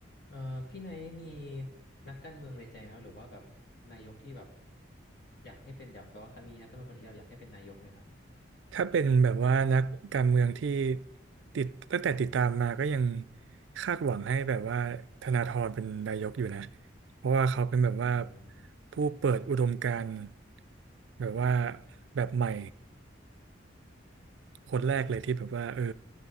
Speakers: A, on the left; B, on the right.
A: เอ่อพี่ไนท์มีนักการเมืองในใจไหมครับหรือว่าแบบนายกที่แบบอยากให้เป็นอยากแปลว่ามีนักการเมืองคนไหนที่แบบอยากให้เป็นนายกไหมครับ
B: ถ้าเป็นแบบว่านักการเมืองที่ติดตั้งแต่ติดตามมาก็ยังคาดหวังให้แบบว่าธนาธรเป็นนายกอยู่นะเพราะว่าเขาเป็นแบบว่า
A: โอ้
B: ผู้เปิดอุดมการณ์แบบว่าแบบใหม่คนแรกเลยที่แบบว่าเออ